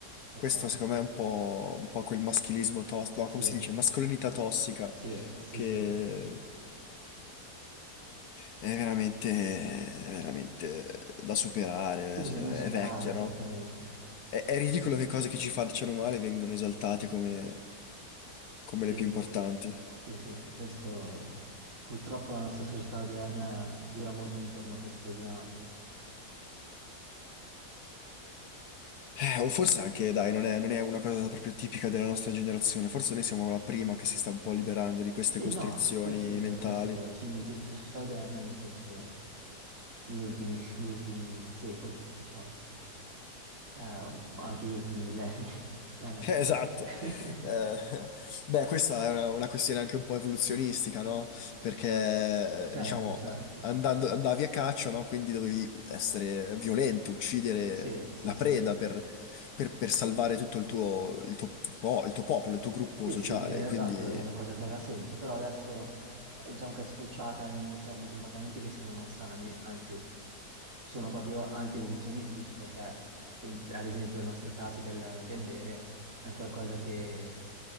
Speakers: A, on the right; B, on the left.
A: perché
B: questo secondo me è un po', un po' quel maschilismo tossico,
A: sì,
B: no, come si dice? Mascolinità tossica
A: sì, sì,
B: che
A: sì,
B: È veramente, è veramente da superare,
A: bisogna superarla,
B: è vecchia, no?
A: esattamente.
B: È, è
A: Sì,
B: ridicolo
A: sì,
B: che cose che ci facciano male vengano esaltate come, come
A: sì,
B: le più importanti.
A: sì, sì, questo purtroppo la nostra società odierna gira molto intorno a queste dinamiche.
B: Eh, o forse anche, dai, non è, non è una cosa proprio tipica della nostra generazione, forse noi siamo la prima che si sta un po' liberando di queste
A: Sì,
B: costrizioni
A: no, questo è vero,
B: mentali.
A: questo è vero. Sì, mi riferisco a società oderne nel senso negli ultimi, <laughs> gli ultimi secoli, diciamo, Eh, anche gli ultimi millenni. <laughs> Vabbè.
B: <laughs> Esatto.
A: <laughs>
B: Eh, beh, questa è una, una questione anche un po' evoluzionistica, no? Perché,
A: Certo,
B: eh, diciamo,
A: certo.
B: andando- andavi a caccia, no? Quindi dovevi essere violento, uccidere
A: Sì, sì,
B: la
A: sì.
B: preda per, per- per salvare tutto il tuo, il tuo po- il tuo popolo, il tuo gruppo
A: Sì,
B: sociale.
A: sì, che
B: Quindi,
A: esatto, è una cosa che aveva senso, però adesso eh, diciamo che è sfociata in certi comportamenti che sono malsani, anzi sono proprio anti-evoluzionistici, perché eh, ad esempio il nostro caso del, del bere è un qualcosa che,